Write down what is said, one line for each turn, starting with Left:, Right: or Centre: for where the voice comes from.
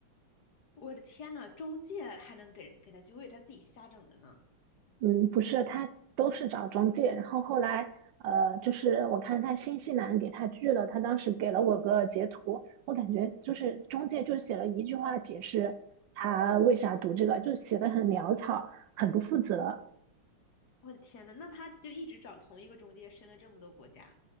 Left: 我的天呐，中介还能给给他机会，就为他自己瞎整的呢
Right: 嗯，不是，他都是找中介，然后后来，呃，就是我看他新西兰给他拒了，他当时给了我个截图，我感觉就是中介就写了一句话解释他为啥读这个，就写的很潦草，很不负责。
Left: <laughs>。我的天呐，那他就一直找同一个中介，申了这么多国家。